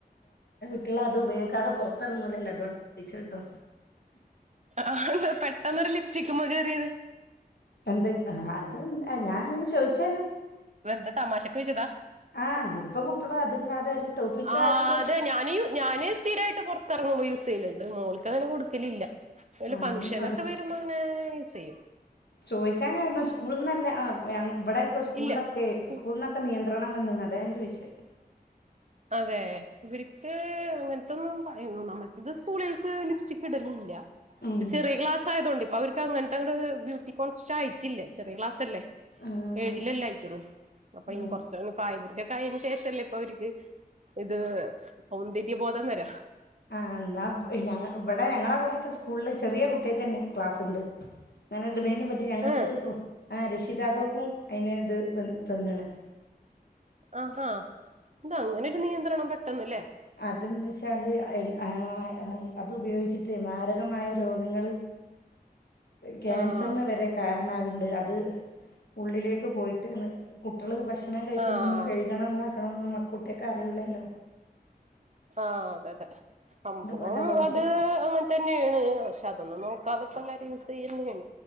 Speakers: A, on the left; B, on the right.
A: കുട്ടൊള് അത് ഉപയോഗിക്കാതെ പുറത്തിറങ്ങൂലല്ലോ അതുകൊണ്ട് ചോദിച്ചോട്ടെ
B: ആഹ് പെട്ടെന്നരു ലിപ്സ്റ്റിക്ക്മ്മെ കേയറിയത്
A: എന്ത് അ അത് ഞാൻ അങ്ങനെ ചോയിച്ച്
B: വെറുതെ തമാശക്ക് ചോയിച്ചതാ
A: ആഹ് ഇപ്പൊ കുട്ടികൾ അതില്ലാതെ ഒരു ടോപ്പിക്ക്
B: ആഹ്
A: ആയും ചെയ്ത്
B: അത് ഞാന് യു ഞാന് സ്ഥിരായിട്ട് പൊറത്തെറങ്ങുമ്പോ യൂസെയ്യല് ഇണ്ട് ത് മോൾക്ക് അങ്ങനെ കൊടുക്കലില്ല എന്തേലും
A: ആഹ്
B: ഫംഗഷനൊക്കെ
A: അത്
B: വരുമ്പോ ഇങ്ങനെ യൂസ് ചെയ്യും
A: ചോയിക്കാൻ കാരണം സ്കൂള്ന്നല്ല ആഹ് ഇവ് ഞ ഇവിടെയൊക്കെ സ്കൂളിലൊക്കെ
B: ഇല്ല
A: സ്കൂള്ന്നൊക്കെ നിയന്ത് നിയന്ത്രണം വന്ന്ണ് അതാ ഞാൻ ചോയിച്ചേ
B: അതെ ഇവരിക്ക് അങ്ങൻ ഇതൊന്നും പ നമ്മക്കിത് സ്കൂളിൽക്ക് ലിപ്സ്റ്റിക്ക് ഇടലില്ല
A: ഉം
B: ഇത് ചെറിയ ക്ലാസ് ആയതോണ്ടെ ഇപ് അപ്പൊ അവര്ക്ക് അങ്ങനത്തെ അങ്ങട് ബ്യൂട്ടി കോൺസെഷ്യസ് ആയിറ്റില്ല ചെറിയ ക്ലാസ്സല്ലേ
A: ആഹ്
B: ഏഴിലല്ലേ ആയിറ്റൊള്ളൂ അപ്പൊ
A: ഉം
B: ഇനി കൊറച്ച് പ്രായപൂർത്തിയൊക്കെ ആയേന് ശേഷല്ലേ ഇപ്പൊ അവരിക്ക് ഇത് സൗന്ദര്യബോധം വരാ
A: ആഹ് ഇന്നാ ഇവ് ഞങ്ങ് ഇവിടെ ഞങ്ങളവിടെക്കെ സ്കൂളില് ചെറിയ കുട്ടിയേക്കെന്നെ ക്ലാസ്ണ്ട് ഞാനിട്‌ന്നേന് <unintelligible> ഞങ്ങക്ക്
B: ഏഹ്
A: ആഹ് രക്ഷിതാക്കൾക്കും അയിന് ഇത് വ തന്ന്ണ്
B: ആഹാ എന്താ അങ്ങനൊരു നിയന്ത്രണം പെട്ടന്ന് ല്ലേ
A: അതെന്താച്ചാല് അയില് ആഹ് അത് ഉപയോഗിച്ചിട്ട് മാരകമായ രോഗങ്ങള് ക്യാൻസറിന്
B: ആഹ്
A: വരെ കാരണവണ്ട് അത് ഉള്ളിലേക്ക് പോയിട്ട്ന്ന് കുട്ടികള് ഭക്ഷണം കഴിക്കുമ്പോ
B: ആഹ്
A: ഒന്നും കഴുകണം ഇതാക്കണൊന്നും കുട്ടിയേക്ക് അറിയൂല്ലാല്ലോ
B: ആഹ് അതെ അതെ സംഭവം
A: പല ഭവിഷ്യത്ത്
B: അത് അങ്ങനെ തന്നെയാണ് പഷ് അതൊന്നും നോക്കാതെപ്പോ എല്ലാരും യൂസ് ചെയ്യന്നെയാണ്